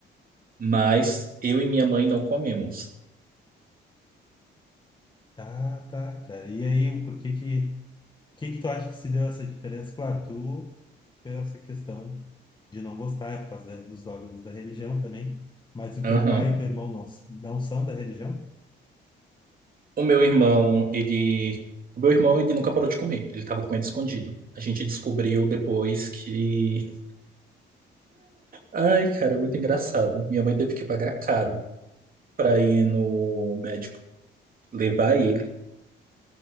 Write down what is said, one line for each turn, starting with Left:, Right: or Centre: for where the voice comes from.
Right: Mas eu e minha mãe não comemos.
Left: Ah, tá, cara. E aí, o porquê que... que que tu acha que se deu essa diferença? Claro, tu, pela essa questão de não gostar, é por causa da- dos dogmas da religião também, mas o
Right: Aham.
Left: teu pai e teu irmão não, s- não são da religião?
Right: O meu irmão, ele. O meu irmão, ele nunca parou de comer. Ele tava comendo escondido. A gente descobriu depois que Ai, cara, muito engraçado. Minha mãe teve que pagar caro pra ir no médico levar ele,